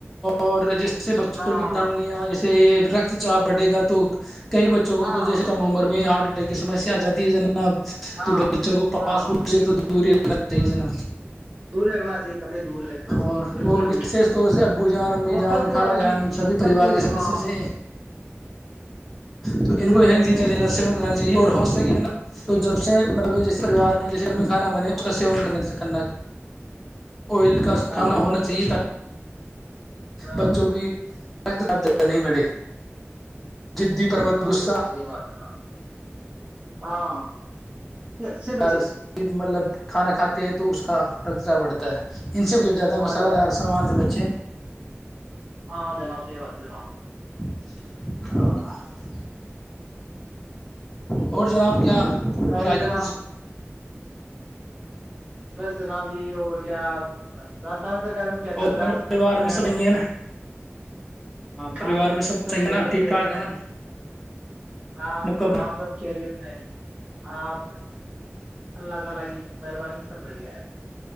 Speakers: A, in the centre; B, on the right (about 30°).
A: اور جیسے اس سے بچوں
B: ہاں
A: کی دم نہیںیا اس یہ رکت چاپ بڑھے گا تو کئی بچوں کو
B: ہاں
A: تو جیسے کمر میں ہی ہارڈ سم آ جاتیہ جن ا
B: ہاں
A: تو بچوں کو پاسپورٹ
B: ہاں یہی
A: سے تو دوری صحی ہے نا
B: دور رکھنا چاہیے قطعی دور رکھنا چاہیے
A: اور
B: بالکل
A: اور
B: ہی
A: وشش
B: دور
A: طور سے ابو جان امی
B: اور
A: جان
B: پھل فروٹ
A: خالا
B: والی
A: جان
B: چیز
A: سبھی
B: پھل
A: پریوار
B: فروٹ
A: کے سدسوں
B: ہاں
A: سے تو ان
B: یہ
A: کو
B: گزارش
A: ہیلدی
B: ہے
A: چیزیں سیون کرا چاہیے اور ہو سکے نا تو جب اس سے مطلب جس پریوار میں جیسے ہم میں کھانا بنے اس کا سیون کرنا کرنا آئل کا
B: ہاں
A: کھانا ہونا چاہیے ت
B: ہاں
A: بچوں کی س زیادہ نہیں بھے جدی پروت
B: ہاں
A: غصہ
B: جناب صحیح بات ہے جناب ہاں اس سے بچے
A: گ مطلب کھانا کھاتے ہیں تو اس کا رقچہ بڑھتا ہے ان سے زیادہ
B: ہاں
A: مصالحہ دار سامان سے بچے
B: ہاںاں جناب صحیح بات ہے جناب
A: ہ اور جناب کیا اور
B: یہ
A: آگے
B: جناب
A: کچھ
B: بس جناب یہی ہو گیا اب راجستھان سرکار میں کیا چل
A: اور
B: رہا
A: مطلب
B: ہے آج کل
A: پریوار
B: سرکار
A: سب
B: میں
A: چنگے ہے نا
B: ہاں
A: پریوار
B: سب
A: میں
B: سب
A: چنگے
B: خیریت
A: نا ٹھیک
B: میں
A: ٹھاک
B: جناب
A: ہے نا
B: ہاں
A: مکب
B: ہاں سب خیریت میں آ اللہ تعالی مہربانی سب بڑھیا ہے